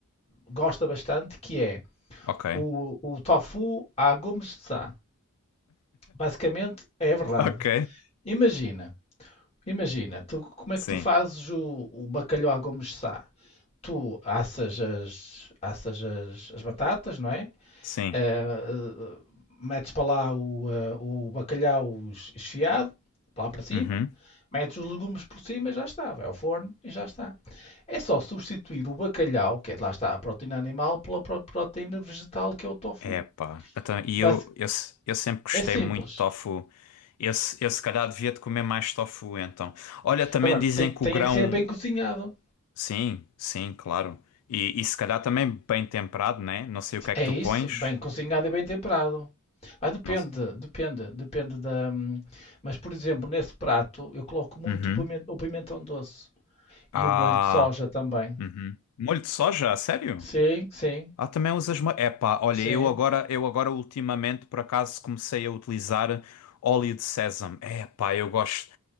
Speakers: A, on the left; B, on the left.
A: gosta bastante, que é
B: Ok.
A: o, o tofu à Gomes de Sá. Basicamente é verdade.
B: Ok.
A: Imagina, imagina, tu, como é
B: Sim,
A: que tu fazes o, o bacalhau à Gomes Sá? Tu assas as, assas as, as batatas, não é?
B: sim.
A: Eh, eh, metes para lá o, eh, o bacalhau es- esfiado, para lá para cima,
B: Uhum.
A: metes os legumes por cima e já está, vai ao forno e já está. É só substituir o bacalhau, que é, lá está a proteína animal, pela pro- proteína vegetal que é o tofu.
B: Epá. Então, e
A: Basi-
B: eu, eu, se- eu sempre gostei
A: é simples.
B: muito de tofu. Eu, se- eu se calhar devia de comer mais tofu, então. Olha, também
A: Agora,
B: dizem
A: tem,
B: que
A: tem
B: o grão.
A: é que ser bem cozinhado.
B: Sim, sim, claro. E, e se calhar também bem temperado, né? Não sei o que é
A: É
B: que tu
A: isso,
B: pões.
A: bem cozinhado e bem temperado. Ah, depende,
B: Não... se-
A: depende, depende da. hum, Mas, por exemplo, nesse prato eu coloco muito
B: Uhum.
A: o pimen- o pimentão doce
B: Ah,
A: e o molho de soja também.
B: uhum. Molho de soja, a sério?
A: Sim, sim,
B: Ah, também usas molho. Epá, olha,
A: sim.
B: eu agora, eu agora ultimamente por acaso comecei a utilizar óleo de sésamo. Epá, eu gosto.